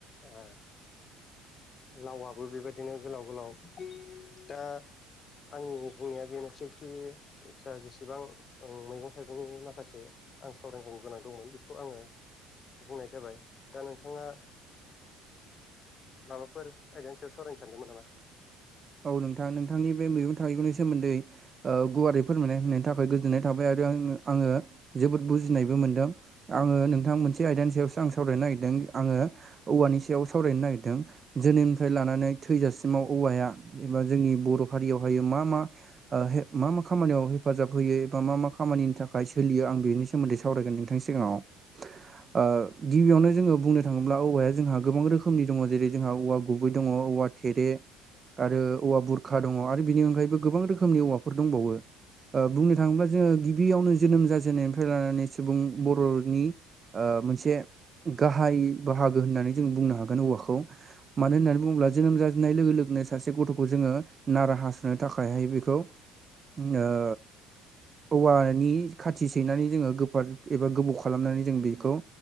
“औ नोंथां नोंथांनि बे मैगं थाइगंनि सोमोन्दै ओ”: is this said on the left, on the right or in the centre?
Right